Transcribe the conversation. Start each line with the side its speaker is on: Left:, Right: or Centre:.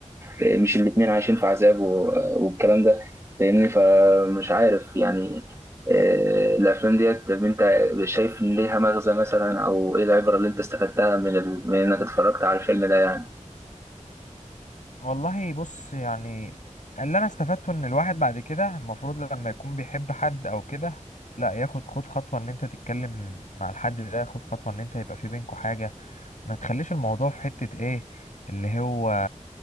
Right: مش الاتنين عايشين في عذاب و- والكلام ده فاهمني فمش عارف يعني آه، الافلام ديت طب انت شايف ان ليها مغزى مثلا او ايه العبره اللي انت استفدتها من ال... من انك اتفرجت على الفيلم ده يعني
Left: والله بص يعني اللي انا استفدته ان الواحد بعد كده المفروض لما يكون بيحب حد او كده لا ياخد خد خطوة ان انت تتكلم مع الحد ده خد خطوة ان انت يبقى في بينكوا حاجة ما تخليش الموضوع في حتة ايه اللي هو